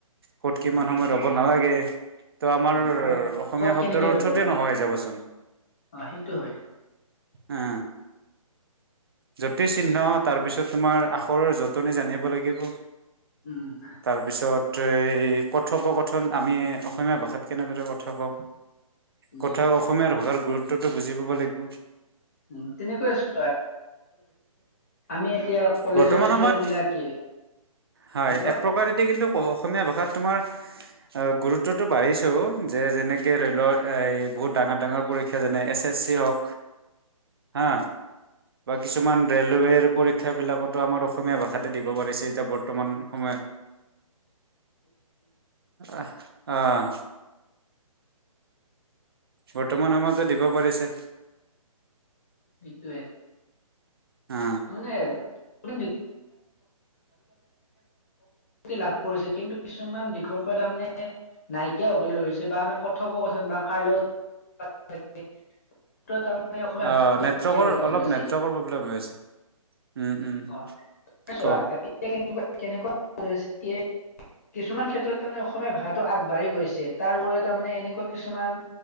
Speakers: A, on the right; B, on the left.
A: ক'ত
B: উম
A: কিমান সময়ত ৰ'ব নালাগে। তো আমাৰ
B: উম আৰু
A: অসমীয়া
B: ক'ত
A: শব্দৰ
B: কেনেকে
A: অৰ্থটো
B: ব্যৱহাৰ
A: নোহোৱা হৈ যাবচোন।
B: অ সেইটো হয়
A: উ যতি চিহ্ন তাৰ পিছত তোমাৰ আখৰৰ যতনি জানিব- লাগিব।
B: উম
A: তাৰ পিছত এই কথপ কথ- থন আমি অসমীয়া ভাষাত কেনেদৰে কথা কম।
B: উম,
A: কথা অসমীয়াৰ ভাষাৰ- গুৰুত্বটো বুজি পাব লাগিব।
B: উ তেনেকৈ আছো আমি এতিয়া কলেজৰ
A: বৰ্তমান
B: ষ্টুডেন্ট
A: সময়ত
B: বিলাকে-
A: হয়
B: কোৱা
A: এক প্ৰকাৰেদি কিন্তু- অসমীয়া ভাষাত তোমাৰ গুৰুত্বটো বাঢ়িছে অ যে যেনেকে বহুত ডাঙৰ-ডাঙৰ পৰীক্ষা যেনে এছ এছ চি হওক হা কিছুমান ৰেলোৱেৰ পৰীক্ষা বিলাকটো আমাৰ অসমীয়া ভাষাটো- <unintelligible> এতিয়া বৰ্তমান সময়ত আহ- আহ বৰ্তমান সময়তে দিব পাৰিছে।
B: সেইটোৱে। মানে-
A: অ
B: <unintelligible> লাভ কৰিছে কিন্তু কিছুমান দিশৰ পৰা তাৰমানে নাইকিয়া হবলৈ ধৰিছে বা আমি কথব কথন বা কাৰ লগত- তাৰমানে অসমীয়া
A: অ নেটৱৰ্কৰ
B: নাইকিয়া হবলৈ
A: অলপ
B: ধৰিছে
A: নেটৱৰ্কৰ প্ৰব্লেম হৈ আছে। উম উম
B: অ এতিয়া।
A: কোৱা
B: কেনেকুৱা কিছুমান ক্ষেত্ৰত তাৰমানে অসমীয়া ভাষাটো আগবাঢ়ি গৈছে তাৰ ওপৰত- তাৰমানে এনেকোৱা কিছুমান-